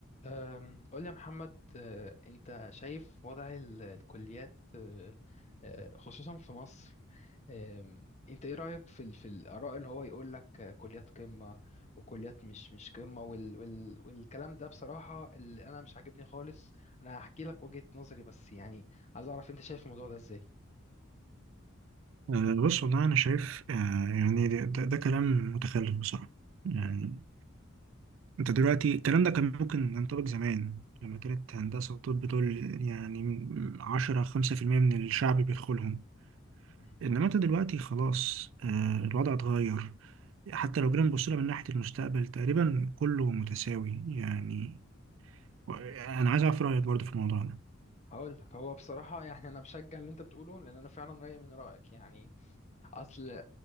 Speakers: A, on the left; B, on the right.
A: أم، قول لي يا محمد أه، انت شايف وضع ال- الكليات أه، أه، خصوصا في مصر أم، انت ايه رأيك في ال- في الآراء اللي هو يقول لك أه، كليات قمة وكليات مش مش قمة وال وال والكلام ده بصراحة اللي انا مش عاجبني خالص انا هحكي لك وجهة نظري بس يعني عايز اعرف انت شايف الموضوع ده ازاي
B: آه، بص والله أنا شايف آه، يعني ده, ده, ده كلام متخلف بصراحة يعني
A: مم،
B: أنت دلوقتي الكلام ده كان ممكن ينطبق زمان لما كانت هندسة وطب دول يعني عشرة خمسة في المية من الشعب بيدخلهم
A: مم.
B: إنما أنت دلوقتي خلاص آه، الوضع اتغير حتى لو جينا نبص لها من ناحية المستقبل تقريبا كله متساوي يعني و- أنا عايز أعرف رأيك برضه في الموضوع ده
A: هقول لك هو بصراحة يعني انا بشجع اللي انت بتقوله لان انا فعلا رأيي من رأيك يعني اصل